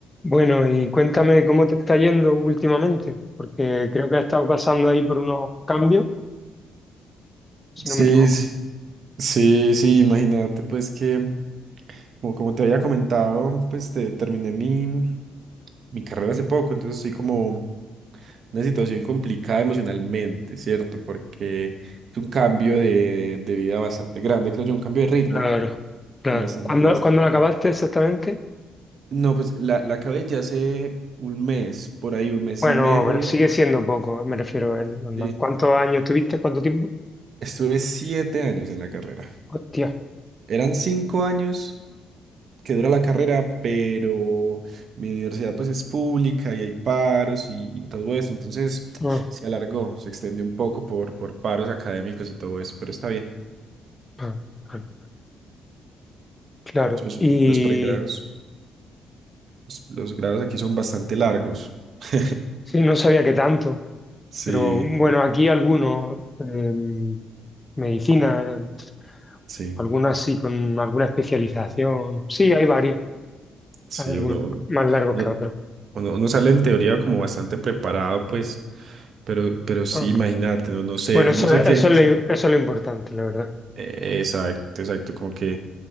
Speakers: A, on the left; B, on the right.
A: Bueno, y cuéntame cómo te está yendo últimamente, porque creo que has estado pasando ahí por unos cambios, si
B: Sí,
A: no me equivoco.
B: sí, sí, sí, imagínate pues que, como, como te había comentado, pues te- terminé mi, mi carrera hace poco, entonces estoy como en una situación complicada emocionalmente, ¿cierto? Porque es un cambio de, de vida bastante grande, creo yo, un cambio de ritmo
A: Claro, claro.
B: bastante,
A: ¿Cuándo,
B: bastante
A: cuándo lo acabaste
B: grande.
A: exactamente?
B: No, pues la, la acabé ya hace un mes, por ahí un mes
A: Bueno,
B: y medio.
A: pero sigue siendo poco, me refiero al normal.
B: Sí.
A: ¿Cuántos años tuviste? ¿Cuánto tiempo?
B: Estuve siete años en la carrera.
A: Hostia.
B: Eran cinco años que dura la carrera, pero mi universidad pues es pública y hay paros y, y todo eso, entonces
A: Ah,
B: se alargó, se extendió un poco por, por paros académicos y todo eso, pero está bien.
A: ah, claro. Claro.
B: Sus-
A: Y
B: los pregrados, los, los grados aquí son bastante largos. <laughs>
A: sí, no sabía que tanto,
B: Sí,
A: pero bueno, aquí algunos, em, medicina, eh,
B: sí,
A: algunas sí, con alguna especialización. Sí, hay varios.
B: sí,
A: Hay algunos
B: uno, uno,
A: más largos
B: uno-
A: que otros.
B: uno- uno sale en teoría como bastante preparado, pues, pero, pero sí,
A: Ah.
B: imagínate, no, no sé,
A: Bueno, eso,
B: no sé
A: eso
B: qué, qué
A: es
B: hacer.
A: lo, eso es lo importante, la verdad.
B: Eh, Exacto, exacto, como que